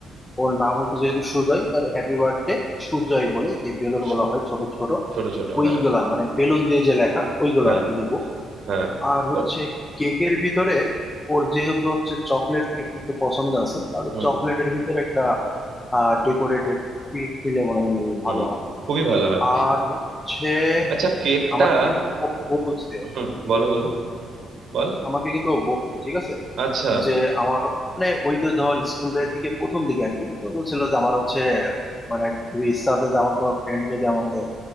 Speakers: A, on the left (about 20°); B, on the right (about 65°).
A: ওর নাম হচ্ছে যেহেতু সুজয় তাহলে হ্যাপি বার্থডে সুজয় বলে যে বেলুন
B: ছো-
A: গুলো হয় ছোট ছোট
B: ছোট ছোট
A: ওইগুলা
B: হ্যাঁ
A: মানে বেলুন দিয়ে যে লেখা ওইগুলো
B: হ্যাঁ
A: আর কি নিবো।
B: হ্যাঁ
A: আর হচ্ছে
B: ও-
A: কেকের ভিতরে ওর যেহেতু হচ্ছে চকলেট কেক একটু পছন্দ আছে তাহলে
B: হুম
A: চকলেটের ভিতরে একটা ডেকোরেটেড কেক দিলে মনে হয়
B: হুম
A: ভালো হয়
B: খুবই ভালো হয়
A: আর হচ্ছে
B: আচ্ছা কেকটা
A: আমাকে কিন্তু ও বলছে
B: হুম বলো বলো বল
A: আমাকে কিন্তু ও বলছে ঠিক আছে
B: আচ্ছা
A: যে আমার মানে ওই যে ধর স্কুলের দিকে প্রথম দিকে আর কি তো বলছিল যে আমার হচ্ছে মানে খুবই ইচ্ছা আছে যে আমার কোনো ফ্রেন্ড যদি আমাকে